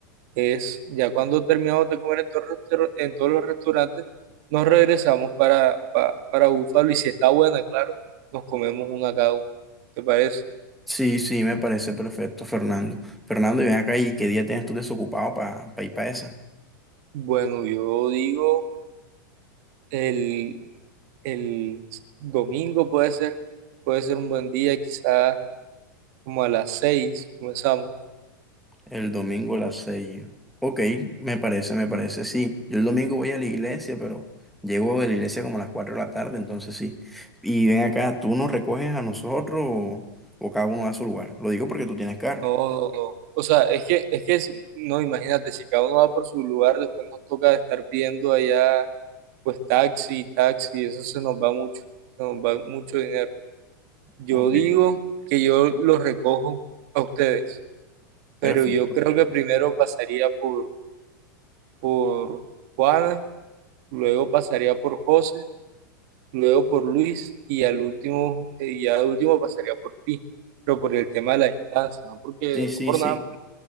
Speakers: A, on the right; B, in the centre.
A: es, ya cuando terminamos de comer en, todos los restauran- en todos los restaurantes, nos regresamos para, pa- para Búfalo y si está buena, claro, nos comemos una cada uno. ¿Te parece?
B: Sí, sí, me parece perfecto, Fernando. Fernando, y ven acá y qué día tienes tú desocupado para ir para esa.
A: Bueno, yo digo, el, el domingo puede ser, puede ser un buen día, quizás. como a las seis comenzamos.
B: El domingo a las seis. Ok, me parece, me parece, sí. Yo el domingo voy a la iglesia, pero llego de la iglesia como a las cuatro de la tarde, entonces sí. Y ven acá, ¿tú nos recoges a nosotros o, o cada uno va a su lugar? Lo digo porque tú tienes carro.
A: No, no, no. O sea, es que, es que, es- no, imagínate, si cada uno va por su lugar, después nos toca estar pidiendo allá, pues taxi, taxi, eso se nos va mucho, se nos va mucho dinero. Yo
B: Ok,
A: digo que yo los recojo a ustedes, pero
B: perfecto.
A: yo creo que primero pasaría por, por Juana, luego pasaría por José, luego por Luis y al último, eh, ya al último pasaría por ti, pero por el tema de la distancia, no porque,
B: Sí, sí,
A: no por
B: sí.
A: nada